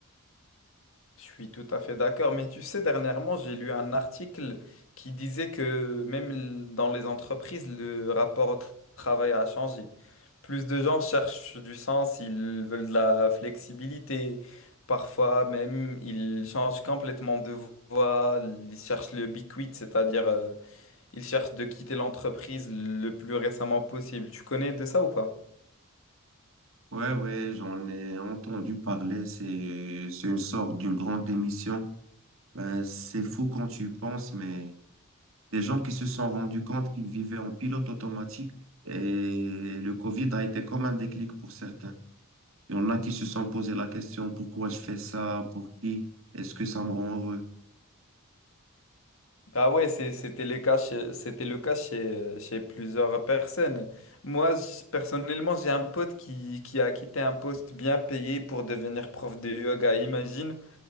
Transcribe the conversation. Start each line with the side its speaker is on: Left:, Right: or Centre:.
Left: Je suis tout à fait d'accord, mais tu sais, dernièrement, j'ai lu un article qui disait que même l- dans les entreprises, le rapport au tra- travail a changé. Plus de gens cherchent du sens, ils veulent de la flexibilité. Parfois même, ils changent complètement de voie, ils cherchent le big quit, c'est-à-dire euh, ils cherchent de quitter l'entreprise le plus récemment possible. Tu connais de ça ou pas?
Right: Ouais, ouais, j'en ai entendu parler. C'est, c'est une sorte d'une grande démission. Euh, c'est fou quand tu y penses, mais des gens qui se sont rendus compte qu'ils vivaient en pilote automatique et le Covid a été comme un déclic pour certains. Il y en a qui se sont posé la question, pourquoi je fais ça? Pour qui? Est-ce que ça me rend heureux?
Left: Ah ouais, c'est- c'était le cas chez, c'était le cas chez, chez plusieurs personnes. Moi, je- personnellement, j'ai un pote qui, qui a quitté un poste bien payé pour devenir prof de yoga, imagine.